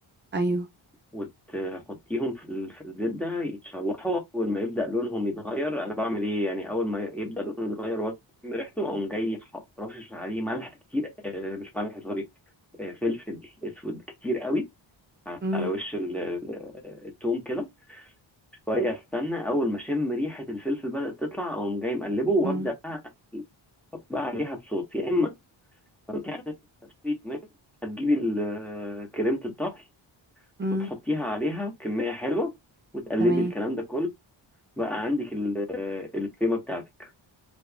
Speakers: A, on the right (about 25°); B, in the centre.
A: ايوه
B: وتحطيهم في ال- في الزبدة يتشوحوا أول ما يبدأ لونهم يتغير أنا بعمل إيه يعني أول ما يبدأ لونه يتغير وأشم ريحته أقوم جاي ح- رشش عليه ملح كتير آه، مش ملح سوري آه، فلفل أسود كتير قوي
A: مم.
B: على وش ال- ال- التوم كده شوية استنى أول ما أشم ريحة الفلفل بدأت تطلع أقوم جاي مقلبه وأبدأ
A: مم.
B: بقى احط بقى عليها الصوص يا اما تعمل تسويت ماشي هتجيبي ال- كريمة الطهي
A: مم.
B: وتحطيها عليها كمية حلوة وتقلبي
A: تمام
B: الكلام ده كله بقى عندك ال- الكريمة بتاعتك